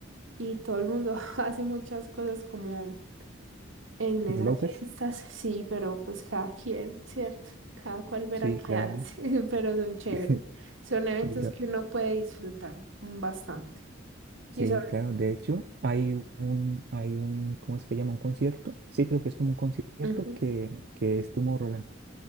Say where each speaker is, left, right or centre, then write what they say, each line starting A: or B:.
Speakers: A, on the right; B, on the right.
A: y todo el mundo <laughs> hace muchas cosas como En esas
B: ¿Locas?
A: fiestas, sí, pero pues cada quien, ¿cierto? Cada cual verá
B: Sí,
A: qué
B: claro.
A: hace, <laughs> pero son chéveres.
B: <laughs>
A: Son eventos
B: Diga-
A: que uno puede disfrutar bastante.
B: Sí,
A: Y son...
B: claro. De hecho, hay un, hay un, ¿cómo es que llama? Un concierto. Sí, creo que es como un concierto
A: Ujú,
B: que, que es Tomorrowland.